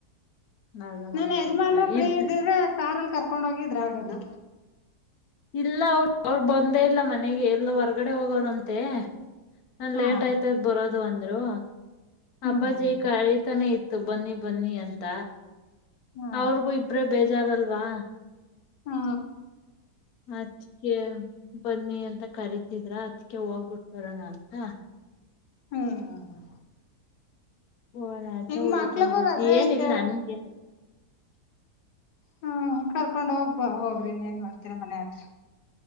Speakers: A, on the left (about 70°); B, on the left (about 85°).
A: ಅಲ್ಲಿ ನಮ್ಮ
B: ನಿನ್
A: ಅಪ್ಪ
B: ಯಜಮಾನ್ರು
A: ಬರ್ತಾರೆ
B: ಫೀ
A: ಇದ್
B: ಇದಿದ್ರೆ ಕಾರ್ಲ್ ಕರ್ಕೊಂಡ ಹೋಗಿದ್ರೆ ಆಗದು.
A: ಇಲ್ಲ ಅವ್ ಅವ್ರ್ ಬಂದೇ ಇಲ್ಲ ಮನೆಗೆ ಎಲ್ಲೋ ಹೊರ್ಗಡೆ ಹೋಗೋರಂತೆ. ನನ್
B: ಹಾ
A: ಲೇಟ್ ಆಯ್ತದ್ ಬರೋದು ಅಂದ್ರು
B: ಹ್ಮ್
A: ಅಪ್ಪಾಜಿ ಕಾಯ್ತಾನೆ ಇತ್ ತು ಬನ್ನಿ ಬನ್ನಿ ಅಂತ
B: ಹಾ
A: ಅವ್ರಿಗೂ ಇಬ್ರೇ ಬೇಜಾರಲ್ವಾ.
B: ಹು.
A: ಅದಕ್ಕೆ ಬನ್ನಿ ಅಂತ ಕರಿತಿದ್ರ ಅದಕ್ಕೆ ಹೋಗ್ಬಿಟ್ ಬರೋಣ ಅಂತ.
B: ಹುಮ್
A: ಹೋಗೋಣ ಅಂತ
B: ನಿಮ್
A: ಹೋಯ್ತಾ
B: ಮಕ್ಳುಗು
A: ಇದೀವಿ
B: ರಜಾ
A: ಏನಿಲ್ಲ
B: ಐತೆ.
A: ನನ್ಗೇನ
B: ಹ್ಮ ಕರ್ಕೊಂಡ್ ಹೋಗ್ಬ ಹೋಗ್ರಿ ಇನ್ ಏನ್ ಮಾಡ್ತೀರ ಮನೆ ಹತ್ರ.